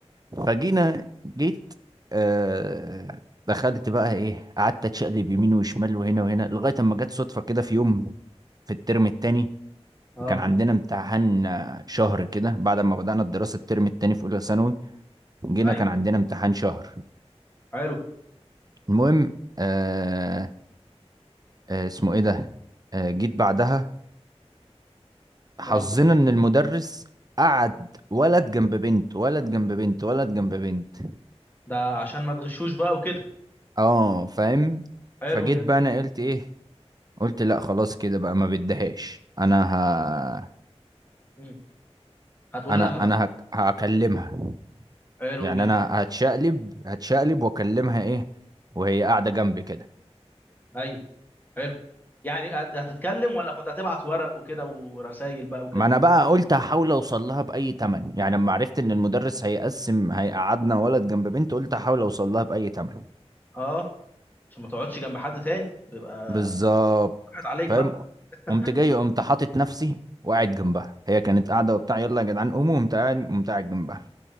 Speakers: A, on the right; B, on the left.
A: فجينا جيت آه دخلت بقى ايه قعدت اتشقلب يمين وشمال وهنا وهنا لغايه اما جت صدفه كده في يوم في الترم التاني
B: <laughs> اه
A: كان عندنا امتحان آه، شهر كده بعد ما بدأنا الدراسة الترم التاني في أولى ثانوي جينا
B: ايوه
A: كان عندنا
B: ايوه
A: امتحان شهر
B: حلو
A: المهم آه آه اسمه إيه ده آه جيت بعدها حظنا
B: اه
A: إن المدرس قعد ولد جنب بنت ولد جنب بنت ولد جنب بنت
B: ده عشان ما تغشوش بقى وكده
A: اه فاهم
B: حلو
A: فجيت
B: جدا
A: بقى انا قلت ايه قلت لا خلاص كده بقى ما بدهاش انا ه...
B: مم. هتقول
A: انا
B: لها بقى
A: انا هك... هكلمها
B: حلو
A: يعني
B: جدا
A: انا هتشقلب هتشقلب واكلمها ايه وهي قاعده جنبي كده
B: ايوه حلو يعني هت- هتتكلم ولا كنت هتبعت ورق وكده ورسايل بقى وكده
A: ما انا بقى قلت هحاول اوصل لها باي تمن يعني لما عرفت ان المدرس هيقسم هيقعدنا ولد جنب بنت قلت هحاول اوصل لها باي تمن
B: اه عشان ما تقعدش جنب حد تاني يبقى
A: بالظبط
B: راحت عليك
A: فاهم
B: بقى <laughs>
A: قمت جاي قمت حاطط نفسي وقاعد جنبها هي كانت قاعده وبتاع يلا يا جدعان قوموا قمت قاعد قمت قاعد جنبها